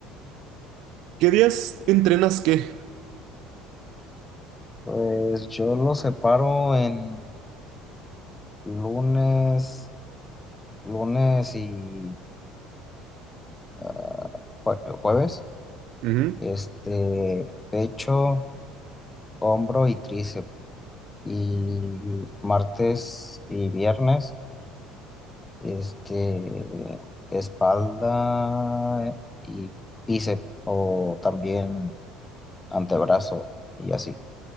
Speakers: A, on the right; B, on the left.
A: días entrenas qué?
B: Pues yo lo separo en lunes, lunes y ah, jue- jueves.
A: Ujú.
B: Este, pecho, hombro y tríceps. Y martes y viernes. es que espalda y bíceps o también antebrazo y así.